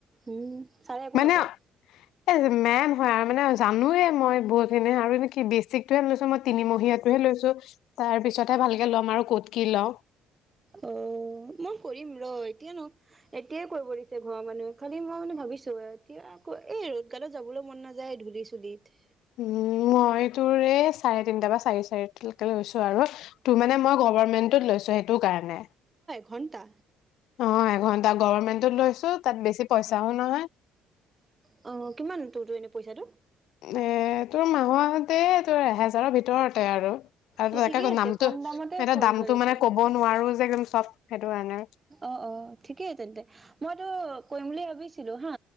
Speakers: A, on the right (about 20°); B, on the left (about 80°).
A: উম ছাৰে একো
B: মানে
A: নকয়
B: এই যে মেন হয় আৰু - তাৰ মানে জানোয়ে মই বহুত খিনি আৰু এনে কি বেসিক- এইটো হে লৈছো মই তিনিমহীয়াটোহে লৈছো, তাৰ পিছতহে ভালকে ল'ম আৰু ক'ত কি লওঁ।
A: অঅঅ মই কৰিম ৰ এতিয়া- এতিয়াই কৰিব দিছে ঘৰৰ মানুহে, খালি মই মানে ভাবিছো এতিয়া আকৌ, এই ৰ'দ গালত যাবলৈ মন নাযায় ধূলি-চুলিত।
B: উম্ মই তোৰ এই চাৰে তিনটা পা চাৰে চাৰিটা লেকৈ লৈ লৈছো আৰু তোৰ মানে মই গভাৰ্ণমেণ্ট - লৈছো সেইটো কাৰণে।
A: ঘণ্টা।
B: অ এঘন্টা গভৰ্মেণ্টত লৈছো তাত বেছি পইচাও নহয়।
A: অ', কিমান তোৰতো এনে পইচাটো।
B: এ তোৰ মাহতে তোৰ এহেজাৰৰ ভিতৰতে আৰু। আৰু
A: অ',
B: তাকেটো
A: ঠিকেই আছে
B: নামটো
A: কম দামতে
B: এনে
A: কৰিছ
B: দামটো
A: দেখোন।
B: মানে কব নোৱাৰো। যে একদম চব সেইটো কাৰণে
A: অ অ ঠিকেই তেন্তে মইতো কৰিম বুলি ভাবিছিলো হা।